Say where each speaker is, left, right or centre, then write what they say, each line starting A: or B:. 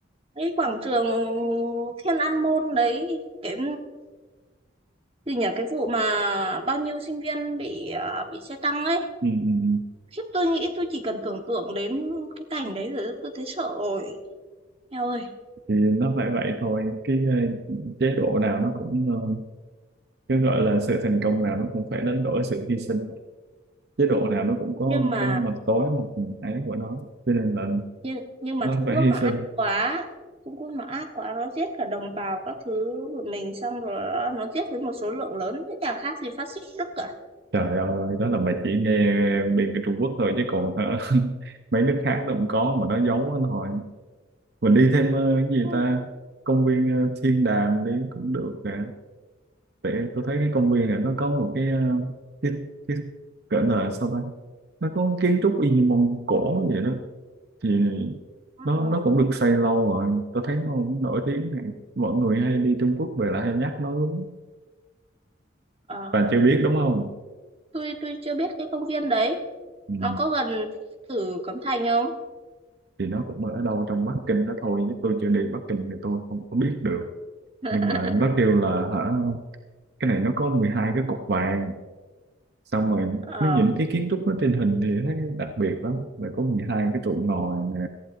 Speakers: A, on the right; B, on the right.
A: cái quảng trường Thiên An Môn đấy cái gì nhỉ cái vụ mà bao nhiêu sinh viên bị à, bị xe tăng ấy
B: Ừ. ừ.
A: Khiếp tôi nghĩ tôi chỉ cần tưởng tượng đến cái cảnh đấy rồi tôi thấy sợ rồi. Eo ơi,
B: thì nó phải vậy thôi cái ờ, chế độ nào nó cũng ờ, cứ gọi là sự thành công nào nó cũng phải đánh đổi sự hy sinh mà. chế độ nào nó cũng có
A: nhưng mà
B: cái mặt tối mặt ấy của nó cho nên là
A: nhưng nhưng mà
B: nó
A: Trung
B: phải
A: Quốc
B: hy
A: nó
B: sinh
A: ác quá. Trung Quốc nó ác quá, nó giết cả đồng bào các thứ của mình xong rồi nó giết với một số lượng lớn thế chả khác gì phát xít Đức cả.
B: trời ơi đó là bà chỉ nghe bên cái Trung Quốc thôi chứ còn hả, <laughs> mấy nước khác nó cũng có mà nó giấu nó thôi mình đi thêm ờ, cái gì
A: Ừ.
B: ta công viên ờ, Thiên Đàm đi cũng được nè tại tôi thấy cái công viên này nó có một cái ờ, cái cái gọi là sao ta nó có kiến trúc y như Mông Cổ vậy đó thì
A: Ừ.
B: nó nó cũng được xây lâu rồi tôi thấy nó cũng nổi tiếng nè mọi người hay đi Trung Quốc về là hay nhắc nó lắm
A: Ờ,
B: bạn chưa biết đúng không
A: tôi tôi chưa biết cái công viên đấy
B: ừ.
A: nó có gần Tử Cấm Thành không?
B: thì nó cũng ở đâu trong Bắc Kinh đó thôi chứ tôi chưa đi Bắc Kinh thì tôi không có biết được
A: <laughs>
B: nhưng mà nó kêu là hả cái này nó có 12 cái cục vàng xong rồi
A: Ờ,
B: nó những cái kiến trúc nó trên hình thì thấy đặc biệt lắm rồi có 12 cái trụ ngòi nè